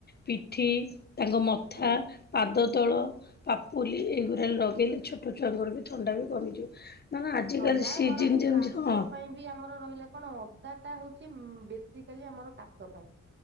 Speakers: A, on the left (about 35°); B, on the right (about 35°).
A: ପିଠି ତାଙ୍କ ମଥା
B: ଆଜ୍ଞା।
A: ପାଦ ତଳ ପାପୁଲି ଏଇଗୁଡ଼ା ଲଗେଇଲେ ଛୋଟ ଛୁଆଙ୍କର ବି ଥଣ୍ଡା ବି କମିଯିବ। ମାନେ ଆଜିକାଲି
B: ଥଣ୍ଡା
A: ସିଜିନ
B: ମୋର
A: ଯେମିତି
B: କାଶ
A: ହଁ
B: ପାଇଁ ଆମର ରହିଲା କଣ ଅଦା ଟା ହଉଛି ବେସିକାଲି ଆମର କାଶ ପାଇଁ।